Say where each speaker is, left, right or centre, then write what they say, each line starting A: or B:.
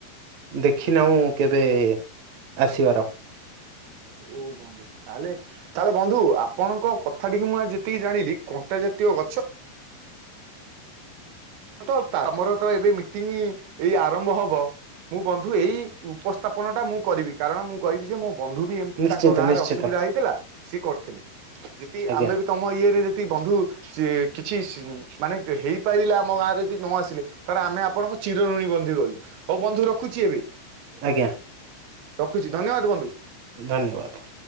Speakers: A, on the right; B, on the right.
A: ଦେଖିନାହୁଁ କେବେ ଆସିବାର
B: ଓ ବନ୍ଧୁ, ତାହେଲେ ତାହେଲେ ବନ୍ଧୁ ଆପଣଙ୍କ କଥା କଥା ଟିକେ ମୁଁ ଆ ଯେତିକି ଜାଣିଲି, କଣ୍ଟା ଜାତୀୟ ଗଛ ତ ଆମର ତ ଏବେ ମିଟିଂ ଏଇ ଆରମ୍ଭ ହବ ମୁଁ ବନ୍ଧୁ, ଏଇ ଉପସ୍ଥାପନ ଟା ମୁଁ କରିବି, କାରଣ -ମୁଁ କହିବି ଯେ ମୁଁ ବନ୍ଧୁ ବି ଏମିତି
A: ନିଶ୍ଚିନ୍ତ
B: ତାଙ୍କ ଗାଁରେ
A: ନିଶ୍ଚିନ୍ତ
B: ଅସୁବିଧା ହେଇଥିଲା, ସିଏ କରିଥିଲେ, ଯଦି
A: ଆଜ୍ଞା
B: ଆମେ ବି ତମ ଇଏରେ ବନ୍ଧୁ କିଛି ମାନେ ହେଇପାରିଲା ଆମ ଗାଁରେ ଯଦି ନ ଆସିଲେ, ତାହେଲେ ଆମେ ଆପଣଙ୍କ ଚିରଋଣୀ ବନ୍ଧୁ ରହିବୁ। ହଉ ବନ୍ଧୁ ରଖୁଛି ଏବେ।
A: ଆଜ୍ଞା।
B: ରଖୁଛି ଧନ୍ୟବାଦ। ବନ୍ଧୁ।
A: ଧନ୍ୟବାଦ।